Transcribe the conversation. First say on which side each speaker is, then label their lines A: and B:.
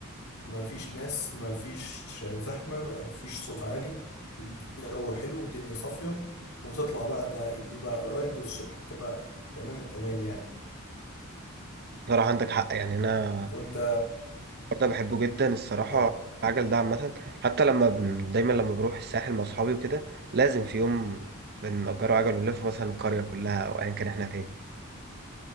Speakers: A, on the left (about 80°); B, on the right (about 50°).
A: ما فيش ناس ما فيش زحمة ما فيش صوت عالي الجو حلو والدنيا صافية وتطلع بقى ده بيبقى رايد الصبح بتبقى تمام التمام يعني
B: صراحة عندك حق يعني أنا
A: وانت
B: برضه بحبه جدا الصراحة
A: اه
B: العجل ده عامة حتى لما بن... دايما لما بروح الساحل مع أصحابي وكده لازم في يوم بنأجره عجل ونلف مثلا القرية كلها أو أيا كان إحنا فين